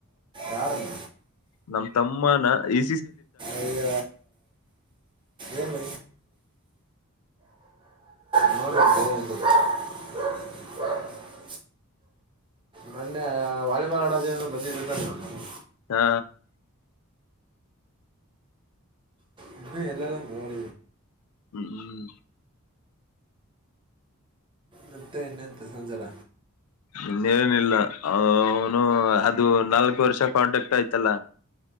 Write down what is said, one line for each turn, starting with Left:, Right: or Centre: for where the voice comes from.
Right: ಯಾರನ್ನ
Left: ನಮ ತಮ್ಮನ ಈ.
Right: ಅಯ ಎಏಲ್ಲ. ನೋಡು <unintelligible> ಮೊನ್ನೆ ವಾಲಿಬಾಲ್ ಆಡೋದ ಬಂದಿದತ್ತನೇ ಅವ್ನು
Left: ಹಾ ಹಾ.
Right: ಇನ್ನು ಎಲ್ಲಲ್ಲಾ ಮಡ.
Left: ಹ್ಮ್ ಹ್ಮ್.
Right: ಮತ್ತೆ ಇನ್ನಂತ ಸಂಚಾರ.
Left: ಇನ್ನೇಏನಿಲ್ಲ ಅವ ಅವನು ಅದು ನಾಲ್ಕು ವರ್ಷ ಕಾಂಟ್ರಾಕ್ಟ್ ಆಯ್ತಲ್ಲ.